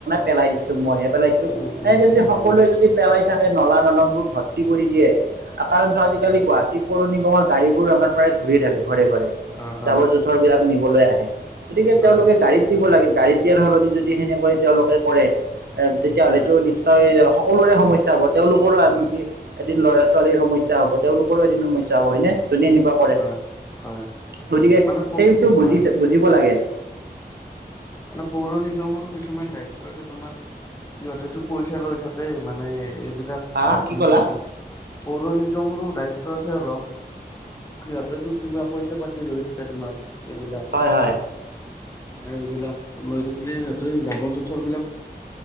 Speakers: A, on the right; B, on the left.
A: পেলাই দিছো মইহে পেলাইছো
B: উম
A: এনেকে
B: উম
A: যদি সকলোৱে
B: হয়
A: যদি পেলাই থাকে নলা নদমবোৰ ভৰ। কৰি দিয়ে কাৰণ আজিকালি গুৱাহাটী পৌৰ নিগমৰ গাড়ী বোৰ আমাৰ প্ৰায় ঘূৰি থাকে ঘৰে-ঘৰে।
B: হয় হয়
A: জাবৰ জোথৰ বিলাক নি। বলে গতিকে
B: হয়
A: তেওঁলোকে গাড়ীত দিব লাগে, গাড়ীত দিয়াৰ সলনি যদি সেনেকৈ তেওঁলোকে কৰে।
B: উম
A: তেতিয়াহলেতো
B: হয়।
A: নিশ্চয় সকলোৰে সমস্যা হ'ব তেওঁলোকৰো আনকি
B: হয়
A: এদিন ল'ৰা ছোৱালীৰ সমস্যা হব তেওঁলোকৰো এদিন সমস্যা হ'ব হয়নে যোনে এনেকুৱা কৰে।
B: হয় হয়
A: গতিকে
B: মানে প
A: সেইটো বুজিছে
B: হয়
A: বুজিব লাগে।
B: মানে মোৰো কিছুমান দায়িত্ব আছে। সিহঁতেতটো পইচা লৈ থাকে মানে। বিলাক
A: হা
B: ডাষ্টবিন
A: কি ক'লা
B: চাবিন পৌৰ নিগমৰো দায়িত্ব টো আছে অলপ সিহঁতেতো কিবা পইচা পাতি লৈ থাকে তোমাৰ। এইবিলাক
A: হয়-হয়।
B: এইবিলাক লৈ থাকিলে সিহঁতে জাবৰ-জোথৰ বিলাক